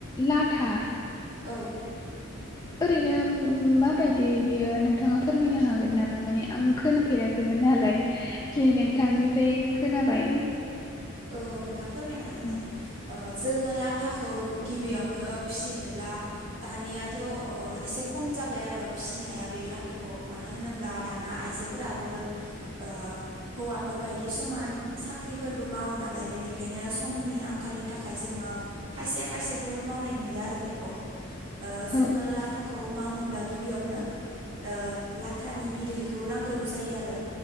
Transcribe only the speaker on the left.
लाथा
ओरैनो माबायदि बियो नोंथाङा फोरमायनो हागोन नामा मानि आं खोनाफेराखैमोन। नालाय दिनै नोंथांनिफ्राय खोनाबाय
औ
औ